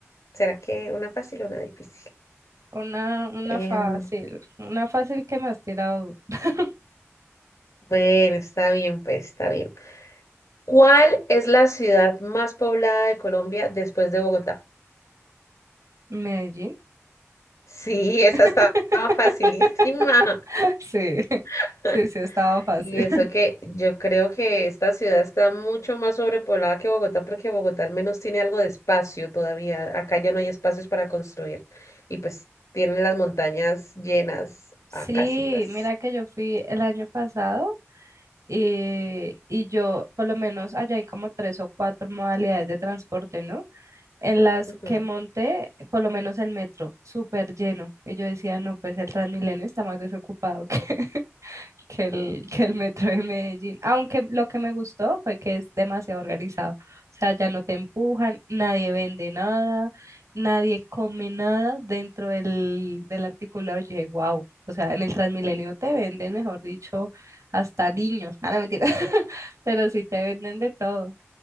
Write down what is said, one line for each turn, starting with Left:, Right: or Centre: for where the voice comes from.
Left: ¿Será que una fácil o una difícil?
Right: Una, una
Left: Em,
Right: fácil, una fácil que me has tirado duro. <laughs>
Left: bueno, está bien, pues está bien. ¿Cuál es la ciudad más poblada de Colombia después de Bogotá? <laughs>
Right: Medellín.
Left: Sí, esa
Right: <laughs>
Left: estaba facilísima.
Right: Sí,
Left: <laughs>
Right: sí, sí, estaba fácil.
Left: Y
Right: <laughs>
Left: eso que yo creo que esta ciudad está mucho más sobrepoblada que Bogotá, porque Bogotá al menos tiene algo de espacio todavía. Acá ya no hay espacios para construir. Y pues tienen las montañas llenas
Right: Sí,
Left: a casitas.
Right: mira que yo fui el año pasado eh, y yo, por lo menos allá hay como tres o cuatro modalidades de transporte, ¿no? En las
Left: Ujú.
Right: que monté, por lo menos el metro, súper lleno. Y yo decía, no, pues el Transmilenio está más desocupado que... <laughs> que el, que el metro de Medellín. Aunque lo que me gustó fue que es demasiado organizado. O sea, ya no te empujan, nadie vende nada, nadie come nada dentro del, del articulado. Yo dije, wow. O sea, en el Transmilenio te venden, mejor dicho, hasta niños. Ah, no, mentira. <laughs> Pero sí te venden de todo.